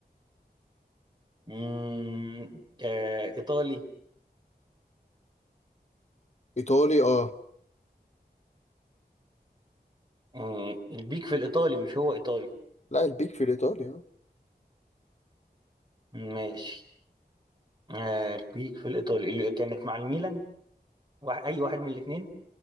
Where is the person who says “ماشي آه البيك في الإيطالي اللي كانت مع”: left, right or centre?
Right